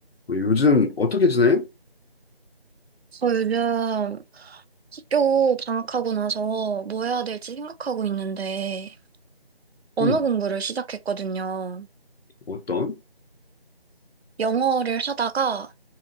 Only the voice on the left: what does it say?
뭐 요즘 어떻게 지내?
음,
어떤?